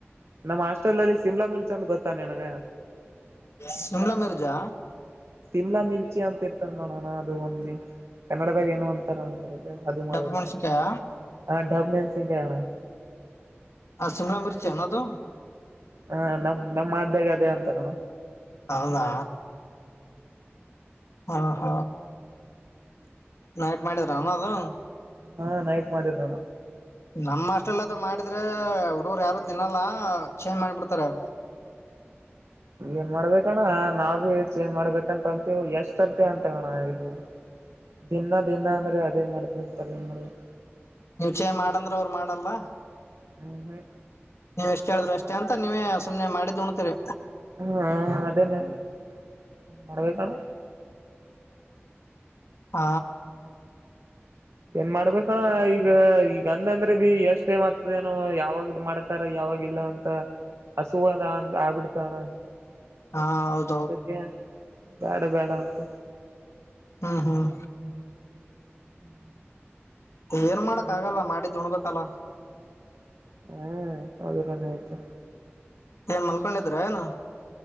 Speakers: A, on the right; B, on the left.
A: ನಮ್ಮ್ ಹಸ್ಟೆಲ್ ನಲ್ಲಿ ಸಿಮ್ಲಾ ಮಿರ್ಜಾ ಅಂತ ಗೊತ್ತಾ ನಿನಗೆ.
B: ಸಿಮ್ಲಾ ಮಿರ್ಜಾ.
A: ಸಿಮ್ಲಾ ಮಿರ್ಚಿ ಅಂತ ಇರ್ತಂಗ ನೋಡಣ್ಣ ಅದು ಒಮ್ಮೆ ಕನ್ನಡದಾಗ್ ಏನೊ ಅಂತಾರಣ ಅದು. ಅದು ಮಾಡರೆ
B: ಡಬ್ಬು ಮೆಣಸಿನ್ಕಾಯ
A: ಹ ಡಬ್ ಮೆಣಸಿನಕಾಯಣ.
B: ಹ ಶಿಮ್ಲಾ ಮಿರ್ಚಿ ಏನದು.
A: ಹಾ ನಮ್ ನಮ್ಮ ಹಾಡ್ಯಾಗ್ ಅದೇ ಅಂತಾರಣ.
B: ಹೌದಾ ಹಾ ಹ ನೈಟ್ ಮಾಡಿದ್ರಣ ಅದು.
A: ಹಾ ನೈಟ್ ಮಾಡಿರಣ.
B: ನಮ್ಮ್ ಹಾಸ್ಟೆಲ್ ಅದು ಮಾಡಿದ್ರೆ ಹುಡುಗ್ರು ಯಾರು ತಿನ್ನಲ್ಲ ಚೇಂಜ್ ಮಾಡ್ ಬಿಡ್ತಾರೆ.
A: ಏನ್ ಮಾಡ್ಬೇಕಣ್ಣ ನಾವ್ ಬಿ ಎಕ್ಸ್ಚೇಂಜ್ ಮಾಡ್ಬೇಕಂತ ಅಂತೇವು ಎಷ್ಟಸರ್ತಿ ಅಂತವಣ್ಣ ಇದು.
B: <inaudible>
A: ದಿನ ದಿನಾ ಅಂದ್ರೆ ಅದೇ ಮಾಡ್ತಿರ್ತಾರೆ ಏನ್ ಮಾಡೋದು.
B: ನೀವ್ ಚೇಂಜ್ ಮಾಡಂದ್ರೆ ಅವ್ರು ಮಾಡಲ್ಲ.
A: ಊ ಹ್ಮ್
B: ನೀವ್ ಎಷ್ಟ್ ಹೇಳಿದ್ರು ಅಷ್ಟೇ ಅಂತ ನೀವೇ ಸುಮ್ಮ್ನೆ ಮಾಡಿದ್ದು ಉಣ್ತೀರಿ.
A: ಹ್ಮ ಹ್ಮ್ ಅದನೆಲ್ ಏನ್ ಮಾಡ್ಬೇಕಣ.
B: ಆ
A: ಏನ್ ಮಾಡ್ಬೇಕಣ ಈಗ ಈಗ ಅಂದಂದ್ರೆ ಬಿ ಎಷ್ಟೇ ಮತ್ತದ ಏನೋ ಯಾವಾಗದ್ ಮಾಡ್ ತರ ಯಾವಾಗಿಲ್ಲ ಅಂತ ಹಸು ಅದ್ ಆಬಿಡ್ತಣ್ಣ.
B: ಹಾ ಹೌ
A: ದಕ್ಕೆ ಬ್ಯಾಡ್ ಬ್ಯಾಡ ಅಂತ.
B: ಹ್ಮ್ ಹ್ಮ್
A: ಹ್ಮ್
B: ಏನ್ ಮಾಡಕ್ ಆಗಲ್ಲ ಮಾಡಿದ್ದುಣ್ಬೇಕಲ್ಲ.
A: ಹಾ ಅದು ನೀನ್ ಹೇಳ್ತಿಯ.
B: ಏನ್ ಮಲ್ಕೊಂಡಿದ್ರ ಏನು